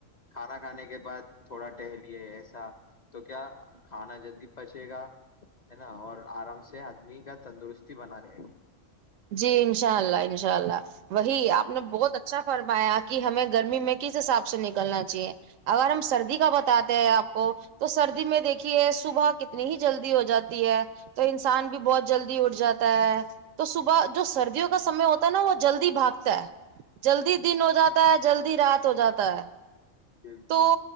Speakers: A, on the left; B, on the right.
A: کھانا کھانے کے بعد تھوڑا ہ لیے ایسا تو کیا کھانا جلدی پچے گا ہے نا اور آرام سے آدمی کا تندرستی بنا رہے گا
B: جی انشاء اللہ انشاءلہ ان شاء اللہ وہی آپ نے بہت اچھا فرمایا کہ ہمیں گرمی میں کس حساب سے نکلنا چاہیے اگر ہم سردی کا بتاتے ہیں آپ کو تو سردی میں دیکھیے صبح کتنی ہی جلدی ہو جاتی ہے تو انسان بھی بہت جلدی اٹھ جاتا ہے تو صبح جو سردیوں کا سمے ہوتا ہے نا وہ جلدی بھاگتا ہے جلدی دن ہو جاتا ہے جلدی رات ہو جاتا ہے
A: بالکل
B: تو